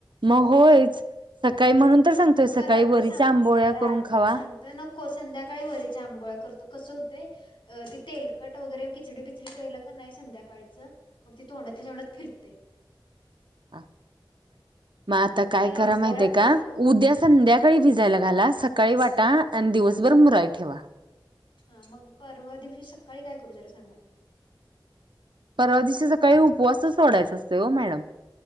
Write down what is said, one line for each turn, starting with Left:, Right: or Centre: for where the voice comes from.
Right: मग होयच सकाळी म्हणून तर सांगतोय सकाळी
Left: बरं आता
Right: वरीच्या
Left: सांगते
Right: आंबोळ्या
Left: बरं आता
Right: करून खावा.
Left: सांगतोय नको संध्याकाळी वरीच्या आंबोळ्या करतो कसं होतंय अ ते तेलकट वगैरे खिचडी बिचडी केलं कनय संध्याकाळच मग ते तोंडातल्या तोंडात फिरतय.
Right: मग आता
Left: मग
Right: काय
Left: ती
Right: करा
Left: आंबोळ्या
Right: माहित आहे
Left: करतो
Right: का उद्या संध्या काळी सकाळी भिजायला घाला सकाळी
Left: हा
Right: वाटा
Left: उ-
Right: आणि दिवसभर मुराई ठेवा.
Left: हा मग परवा दिवशी सकाळी काय करू जरा सांगा?
Right: परवा दिवशी सकाळी उपवासच सोडायचा असतोय ओ मॅडम